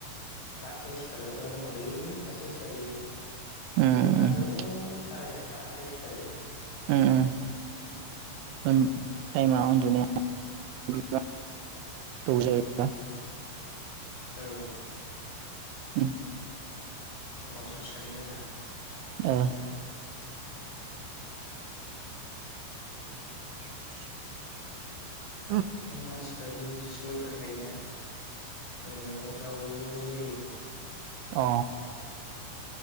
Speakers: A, on the left; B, on the right.
A: फास्थायाव सिखारग्रा दङ दैलिक फास्थायाव सिखारो बेयो।
B: उम
A: जोंहाथ' साराय सात था आतथायाव सिखारो।
B: उम उम उन टाइमा उन्दुनायाव <unintelligible> गोबौ जाबाय बा।
A: औ।
B: उम।
A: फुङाव थाब सिखारनाय जाला।
B: ओ। <inaudible>
A: उम मानसिफ्राबो बेस सिबा बुरजा थायोना। मोनायाव दाव जायो।
B: अ।